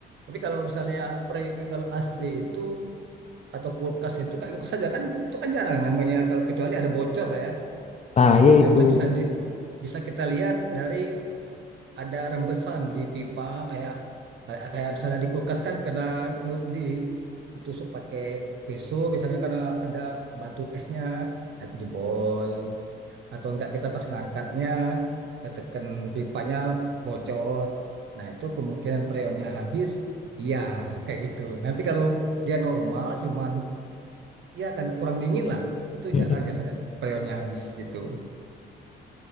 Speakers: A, on the right (about 70°); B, on the left (about 35°).
A: tapi kalau misalnya pre, kalau AC itu atau kulkas itu kayak kulkas saja kan itu kan jarang namanya kalau kecuali ada bocor lah ya
B: Nah,
A: ah bocor
B: ya itu.
A: itu bisa di, bisa kita lihat dari ada rembesan di pipa kayak kayak, kayak misalnya di kulkas kan karena nut di ditusuk pakai pisau biasanya karena ada batu esnya nah itu jebol atau enggak kita pas ngangkatnya ketekan pipanya bocor nah itu kemungkinan freonnya habis iya kayak gitu tapi kalau dia normal cuman ya karena kurang dingin lah itu
B: Mm-mm.
A: jarang biasanya freonnya habis gitu